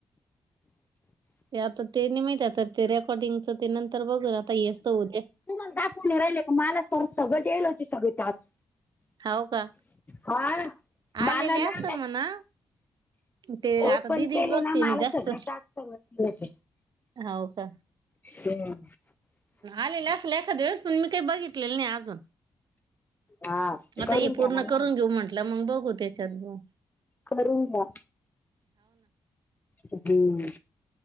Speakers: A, on the right (about 60°); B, on the left (about 20°).
A: ते आता ते नाही माहित तर ते रेकॉर्डिंगचं ते नंतर बघून आता हेचं होद्या
B: तू मला दाातने राहिल का मला स सगळ येईल होते सगळी त्याच
A: होाव का?
B: हा बाल
A: आलेले असेल
B: ना
A: म्हणा ते
B: ओपन
A: आता दिदीच
B: केले
A: बघते
B: ना मला
A: जास्त
B: सगळ ट
A: हाव का
B: ते हम
A: आलेले असल एखादे वेळेस पण मी काही बघितलेलं नाही अजून
B: हा
A: आता
B: करून
A: हे
B: घ्या
A: पूर्ण
B: ना मग
A: करून घेऊ म्हंटलं मग बघू त्याच्यात ग
B: करून घ्या हम्म